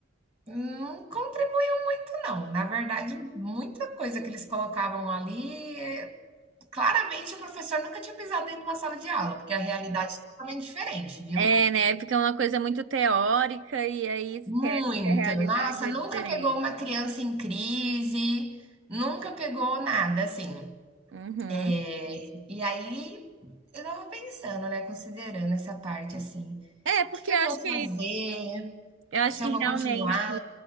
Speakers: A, on the right (about 30°); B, on the right (about 75°).
A: não contribui muito, não. Na verdade, muita coisa que eles colocavam ali, claramente o professor nunca tinha pisado dentro de uma sala de aula, porque a realidade é totalmente diferente, viu?
B: É, né? Fica uma coisa muito teórica e aí esquece
A: Muito.
B: que a realidade
A: Nossa,
B: é
A: nunca
B: diferente.
A: pegou uma criança em crise, nunca pegou nada, assim.
B: Uhum.
A: É, e aí, eu tava pensando, né, considerando essa parte, assim.
B: É, porque
A: Que que
B: eu
A: eu
B: acho
A: vou
B: que
A: fazer?
B: eu acho
A: Se
B: que
A: eu vou
B: realmente,
A: continuar?